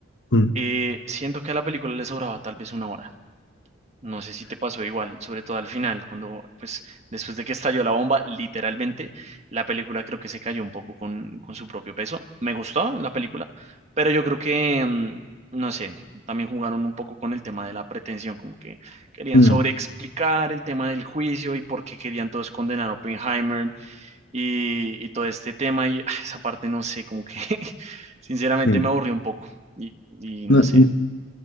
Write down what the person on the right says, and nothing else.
eh, siento que a la película le sobraba tal vez una hora. No sé si te pasó igual, sobre todo al final, cuando, pues, después de que estalló la bomba, literalmente, la película creo que se cayó un poco con, con su propio peso. Me gustó la película, pero yo creo que, mm, no sé, también jugaron un poco con el tema de la pretensión, como que querían
sobreexplicar el tema del juicio y por qué querían todos condenar a Oppenheimer y, y todo este tema. Y ah, esa parte, no sé, como que, <laughs> sinceramente,
me aburrió un poco. Y, y
no sé,